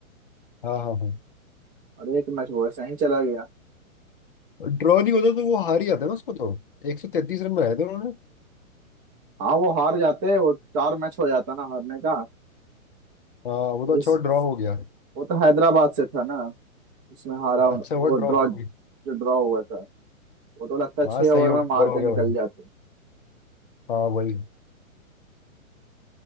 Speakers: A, on the left (about 40°); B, on the right (about 15°).
A: हाँ हाँ हाँ
B: और एक मैच वो ऐसे ही चला गया
A: ड्रॉ नहीं होता तो वो हार ही जाता ना उसको तो एक सौ तैतीस रन बनाए थे उन्होंने
B: हाँ वो हार जाते वो चार मैच हो जाता ना हारने का
A: हाँ वो तो अच्छा
B: इस
A: ड्रॉ हो गया
B: वो तो हैदराबाद से था ना उसमें हारा
A: हाँ,
B: उन-
A: अच्छा हुआ
B: वो
A: ड्रॉ
B: ड्रॉ
A: हो
B: जो
A: गया
B: ड्रॉ हुआ था वो तो लगता है
A: हाँ
B: छह
A: सही
B: ओवर
A: हो
B: में
A: गया
B: मार
A: ड्रॉ हो
B: के
A: गया
B: निकल
A: भाई
B: जाते
A: हाँ वही